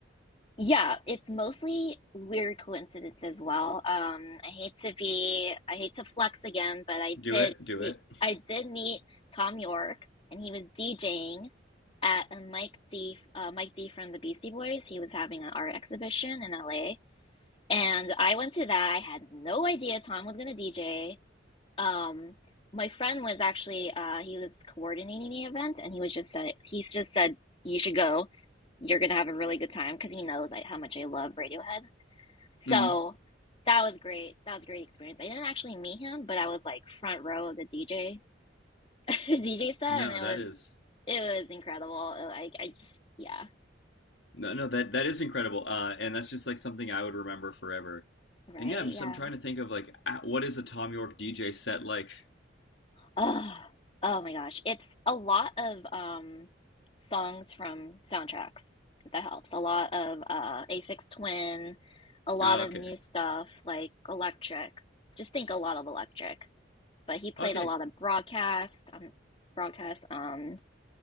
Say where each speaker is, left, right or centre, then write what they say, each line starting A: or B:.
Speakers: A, on the left; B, on the left.
A: Yeah, it's mostly weird coincidence as well. Um, I hate to be, I hate to flex again, but I
B: Do
A: did
B: it,
A: see,
B: do it.
A: I did meet Tom York, and he was DJing at a Mike D, uh, Mike D from the Beastie Boys. He was having an art exhibition in LA, and I went to that. I had no idea Tom was gonna DJ. Um, my friend was actually uh, he was coordinating the event, and he was just said he just said you should go. You're gonna have a really good time because he knows like, how much I love Radiohead. So
B: hmm
A: that was great. That was a great experience. I didn't actually meet him, but I was like front row of the DJ DJ <laughs> set,
B: No,
A: and it
B: that
A: was
B: is
A: it was incredible. Oh, I I just yeah
B: no, no, that that is incredible, uh, and that's just like something I would remember forever.
A: right
B: And yeah, I'm just
A: yeah
B: I'm trying to think of like ah, what is a Tom York DJ set like?
A: Oh, oh my gosh. It's a lot of um songs from soundtracks, if that helps. A lot of uh Aphex Twin, a lot
B: Uh,
A: of
B: okay,
A: new stuff like Electric. Just think a lot of Electric. But he played
B: okay,
A: a lot of Broadcast, um Broadcast, um